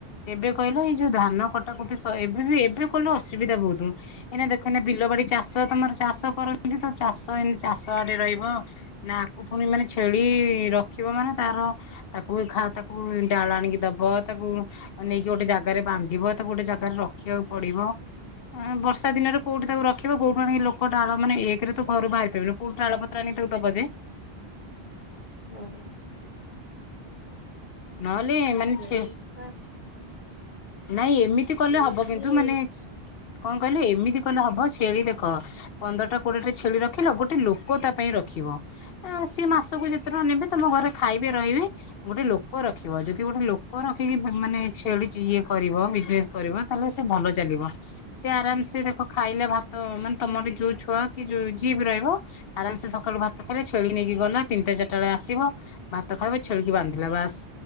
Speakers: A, on the left (about 70°); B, on the left (about 35°).
A: କେବେ କହିଲ ଏଇ ଯୋଉ ଧାନ କଟାକଟି ସ‌ଇ ଏବେ ବି ଏବେ କଲେ ଅସୁବିଧା ବୋହୁତ ଏଇନା ଦେଖନି ବିଲ ବାଡି ଚାଷ ତମର ଚାଷ କରନ୍ତି ତ ଚାଷ ଏମତି ଚାଷ ଆଡେ ରହିବ ନା ଆକୁ ପୁଣି ମାନେ ଛେଳି ରଖିବ ମାନେ ତାର ତାକୁ ତାକୁ ଡାଳ ଆଣିକି ଦବ ତାକୁ ନେଇକି ଗୋଟେ ଜାଗାରେ ବାନ୍ଧିବ ତାକୁ ଗୋଟେ ଜାଗାରେ ରଖିବାକୁ ପଡିବ ଉଁ ବର୍ଷା ଦିନରେ କୋଉଠି ତାକୁ ରଖିବ କୋଉଠି ଆଣିଲି ଲୋକ ଡାଳ ମାନେ ଏକରେ ତ ଘରୁ ବାହାରି ପାରିବନି କୋଉଠୁ ଡାଳ ପତ୍ର ଆଣିକି ଦବ ଯେ
B: ହୁଁ
A: ନହେଲେ ମାନେ
B: ଛେଳି
A: ଛେ
B: ଟା
A: ନାଇଁ ଏମିତି
B: ଛେଳିକି
A: କଲେ ହବ କିନ୍ତୁ ମାନେ କଣ କହିଲୁ ଏମିତି କଲେ ହବ ଛେଳି ଦେଖ ପନ୍ଦରଟା କୋଡିଏଟା ଛେଳି ରଖିଲ ଗୋଟେ ଲୋକ ତା ପାଇଁ ରଖିବ ଆ ସେ ମାସକୁ ଯେତେ ଟଙ୍କା ନେବେ ତମ ଘରେ ଖାଇବେ ରହିବେ ଗୋଟେ ଲୋ ଲୋକ ରଖିବ ଯଦି ଗୋଟେ ଲୋକ ରଖିକି ମାନେ ଛେଳି ଇଏ କରିବ ବିଜନେସ କରିବ ତାହେଲେ ସେ ଭଲ ଚାଲିବ ସେ ଆରାମସେ ଦେଖ ଖାଇଲା ଭାତ ମାନେ ତମରେ ଯୋଉ ଛୁଆ କି ଯୋଉ ଯିଏ ବି ରହିବ ଆରାମସେ ସକାଳୁ ଭାତ ଖାଇଲେ ଛେଳି ନେଇକି ଗଲା ତିନିଟା ଚାରିଟା ବେଳେ ଆସିବ ଭାତ ଖାଇବ ଛେଳିିକି ବାନ୍ଧିବ ବାସ୍